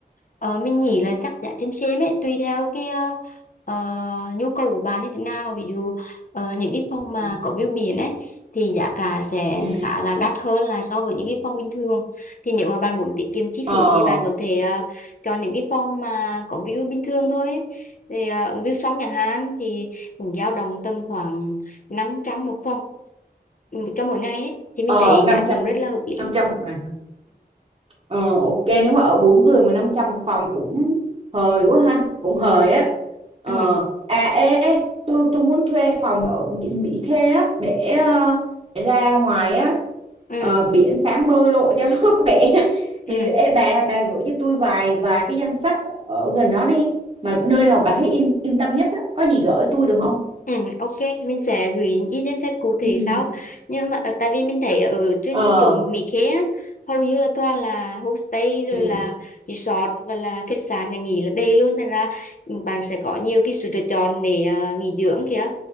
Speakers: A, on the left; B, on the right.
A: Ờ, mình nghĩ là chắc giá chêm chêm ấy tùy theo cái ờ, ờ, nhu cầu của bạn như thế nào ví dụ ờ, những cái phòng mà
B: ừ
A: có view biển ấy thì giá cả sẽ
B: Ừ.
A: khá là đắt hơn là so với những cái phòng bình thường thì nếu mà bạn muốn tiết kiệm chi
B: ờ
A: phí thì bạn có thể ờ, chọn những cái phòng mà có view bình thường thôi ấy. thì ờ, view sông nhà Hàn thì cũng dao động tầm khoảng năm trăm một phòng ừ, cho mỗi ngày ấy thì mình
B: ờ
A: thấy
B: năm
A: giá cũng
B: trăm
A: rất là hợp lý
B: năm trăm một ngày hả? ờ ok nếu mà ở bốn người mà 500 một phòng cũng hời quá ha cũng hời á ờ
A: ừ. <laughs>
B: à ê ê, tôi tôi muốn thuê phòng ở biển Mỹ Khê á để, ờ, để ra ngoài á
A: ừ
B: ờ, biển sáng bơi lội cho <laughs> nó khỏe
A: ừ
B: thì ê, bà bà gửi cho tôi vài vài cái danh sách ở gần đó đi mà nơi nào bà thấy yên yên tâm nhất á có gì gửi tôi được không
A: Ừ, ok, mình sẽ gửi những cái danh sách cụ thể
B: ừ
A: sau. Nhưng mà ờ, tại vì mình thấy ở trên
B: ờ
A: chỗ Mỹ Khê á, hầu như là toàn là homestay rồi
B: ừ
A: là resort và là khách sạn nhà nghỉ là đầy luôn. Thành ra bạn sẽ có nhiều cái sự lựa chọn để ờ, nghỉ dưỡng kìa.